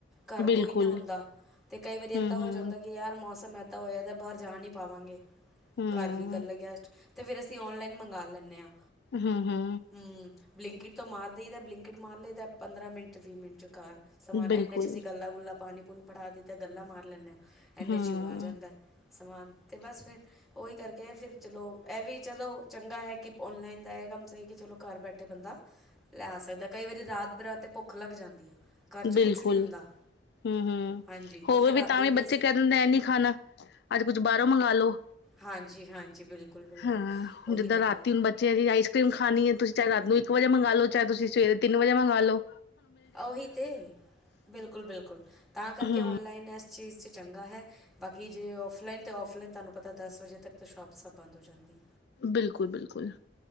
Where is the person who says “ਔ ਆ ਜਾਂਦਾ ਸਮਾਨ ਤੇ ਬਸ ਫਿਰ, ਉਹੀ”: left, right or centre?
Centre